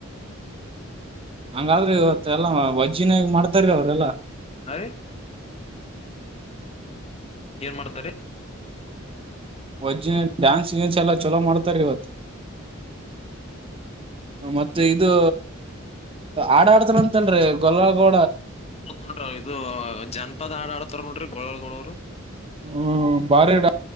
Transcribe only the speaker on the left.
ಹ ರೀ ಏನ್ ಮಾಡ್ತಾರೀ
ನೋಡ್ರ ಇದು ಜನಪದ ಆಡ ಆಡ್ತಾರ ನೋಡ್ರಿ ಗೋಳಗಡವರು